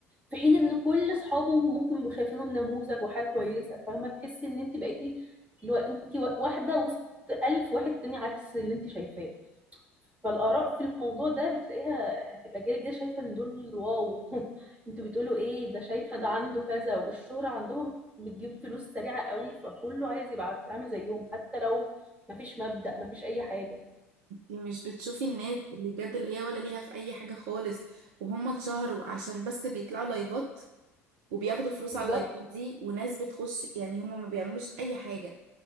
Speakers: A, on the right (about 20°); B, on the right (about 65°).
A: في حين ان كل اصحابهم ممكن يبقوا شايفينهم نموذج وحاجه كويسه فاهمه تحسي ان انت بقيتي اللي هو انت وا- واحده وسط الف واحد تاني عكس اللي انت شايفاه فالآراء في الموضوع ده بتلاقيها الأجيال الجديدة شايفة إن دول واو <laughs> انتوا بتقولوا إيه ده شايفة ده عنده كذا والشهرة عندهم بتجيب فلوس سريعة قوي فكله عايز يبقى عامل زيهم حتى لو مفيش مبدأ مفيش أي حاجة
B: مش بتشوفي الناس اللي بجد اللي هي ولا ليها في اي حاجة خالص وهم اتشهروا عشان بس بيطلعوا لايفات وبياخدوا فلوس
A: بالظبط
B: على اللايفات دي وناس بتخش يعني هم ما بيعملوش اي حاجة